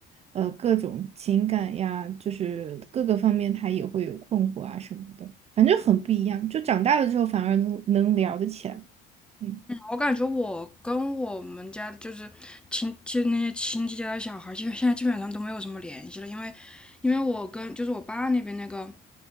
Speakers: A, on the right; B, in the centre.
A: 呃，各种情感呀，就是各个方面他也会有困惑啊什么的，反正很不一样。就长大了之后反而能能聊得起来，嗯
B: 我感觉我跟我们家就是亲，就那些亲戚家的小孩，基现在基本上都没有什么联系了，因为因为我跟就是我爸那边那个